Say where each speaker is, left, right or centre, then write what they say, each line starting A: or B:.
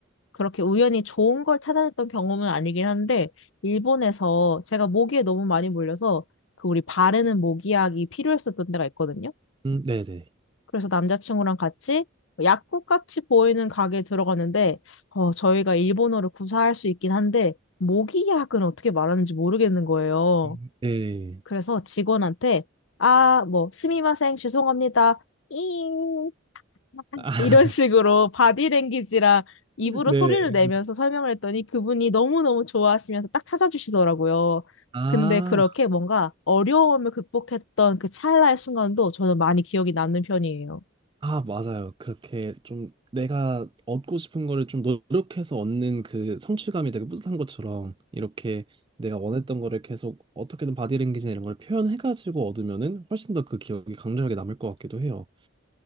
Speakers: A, on the left; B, on the right.
A: 그렇게 우연히 좋은 걸 찾아냈던 경험은 아니긴 한데, 일본에서 제가 모기에 너무 많이 물려서 그 우리 바르는 모기약이 필요했었던 데가 있거든요.
B: 음, 네네.
A: 그래서 남자친구랑 같이 약국 같이 보이는 가게에 들어갔는데, 어, 저희가 일본어를 구사할 수 있긴 한데, 모기약은 어떻게 말하는지 모르겠는 거예요.
B: 음. 네.
A: 그래서 직원한테, 아, 뭐, 스미마셍, 죄송합니다. 잉
B: <laughs> 아,
A: 이런 식으로 바디랭귀지랑 입으로
B: 네.
A: 소리를 내면서 설명을 했더니 그분이 너무너무 좋아하시면서 딱 찾아주시더라고요.
B: 아,
A: 근데 그렇게 뭔가 어려움을 극복했던 그 찰나의 순간도 저는 많이 기억이 남는 편이에요.
B: 아, 맞아요. 그렇게 좀 내가 얻고 싶은 거를 좀 노력해서 얻는 그 성취감이 되게 뿌듯한 것처럼 이렇게 내가 원했던 거를 계속 어떻게든 바디랭귀지나 이런 걸 표현해가지고 얻으면은 훨씬 더 그 기억이 강렬하게 남을 것 같기도 해요.